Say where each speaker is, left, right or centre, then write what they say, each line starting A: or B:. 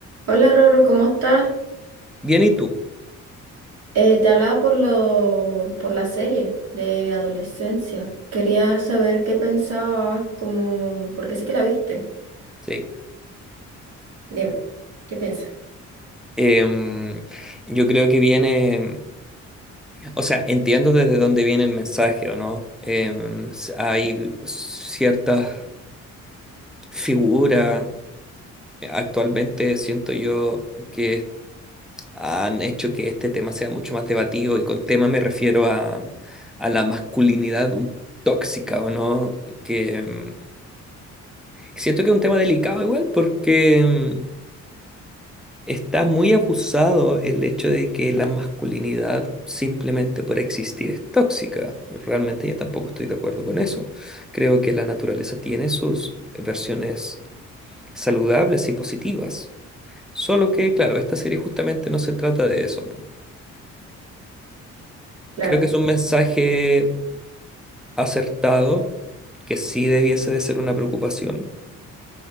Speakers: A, on the right (about 60°); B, in the centre.
A: Hola Roro, ¿cómo estás?
B: Bien, ¿y tú?
A: Eh, te hablaba por lo, por la serie de adolescencia. Quería saber qué pensabas, como, porque sé que la viste.
B: Sí.
A: Dime, ¿qué piensas?
B: Em, yo creo que viene, o sea, entiendo desde dónde viene el mensaje, ¿o no? Em, s- hay ciertas figuras, eh, actualmente siento yo que han hecho que este tema sea mucho más debatido y con tema me refiero a, a la masculinidad un- tóxica, ¿o no? Que em, siento que es un tema delicado igual porque... em, Está muy abusado el hecho de que la masculinidad simplemente por existir es tóxica. Realmente yo tampoco estoy de acuerdo con eso. Creo que la naturaleza tiene sus versiones saludables y positivas. Solo que, claro, esta serie justamente no se trata de eso.
A: Claro,
B: Creo que es un mensaje acertado, que sí debiese de ser una preocupación.